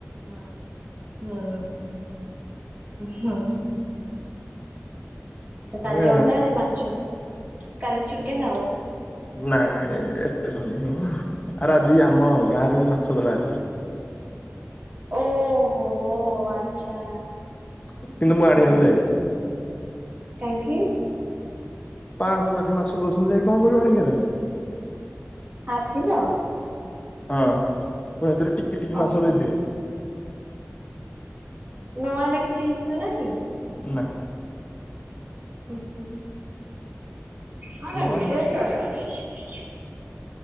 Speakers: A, on the right; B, on the left.
A: ହଁ ହୁଁ ହୁଁ ହୁଁ ତ କାଲି
B: ମାନେ
A: ଅଣ୍ଡା ଆଜି ମାଛ। କାଲି ଚିକେନ୍ ଆଉ।
B: ନାଇ ନାଇଁ ଏତେ ଧନୀ ନୁହଁ ହୁଁହୁଁ ଆରେ ଆଜି ଆମ ଗାଁରେ ବି ମାଛ ଧରାହେଇଥିଲା।
A: ଓହୋଃ ଆଚ୍ଛା
B: ଚୁ କିନ୍ତୁ ମୁଁ ଆଣିବାକୁ
A: ହୁଁ।
B: ଯାଇନି।
A: କାହିଁକି?
B: ପାଅଁଶ ନାଖେ ମାଛ ଦଉଛନ୍ତି, ଯାଇ କଣ କରିବ ଆଣିକି ହେରା।
A: Half kilo?
B: ହଁ <unintelligible> ଟିକି ଟିକି ମାଛ
A: ଓହୋ
B: ଦେଇଥିବେ।
A: ନା ନା କିଛି ଇସୁ ନାହିଁ?
B: ନା।
A: ହୁଁ ହୁଁ। ହଁ
B: ନ
A: <unintelligible>
B: ଆଣିଲେ ଅସୁବିଧା ନାହିଁ